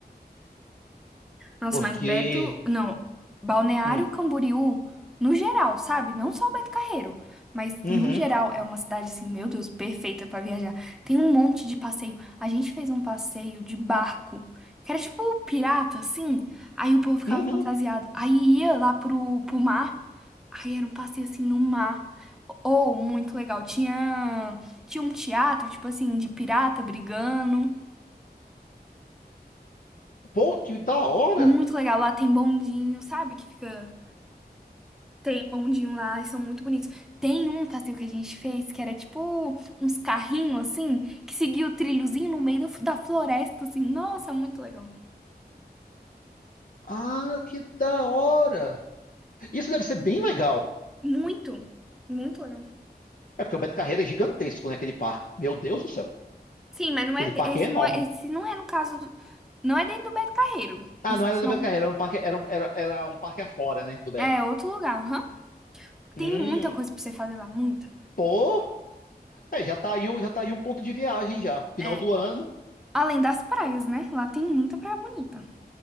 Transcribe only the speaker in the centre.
Nossa,
mas Beto, não, Balneário
Camboriú, no geral, sabe? Não só Beto Carreiro, mas
no geral é uma cidade assim, meu Deus, perfeita pra viajar. Tem um monte de passeio. A gente fez um passeio de barco, que era tipo pirata, assim. Aí o povo ficava
fantasiado. Aí ia lá pro, pro mar, aí era um passeio assim no mar. Ou muito legal. Tinha, tinha um teatro, tipo assim, de pirata brigando.
Muito legal. Lá tem bondinho, sabe? Que fica Tem um bondinho lá, e são muito bonitos. Tem um passeio que a gente fez que era tipo uns carrinhos assim, que seguia o trilhozinho no meio do- da floresta, assim. Nossa, muito legal.
Muito, muito legal.
Sim, mas não
é de-
esse
não é esse não é no caso do, não é dentro do Beto Carreiro.
Isso
são
é outro lugar, aham.
Tem muita coisa pra você fazer lá, muita.
É,
além das praias, né? Lá tem muita praia bonita.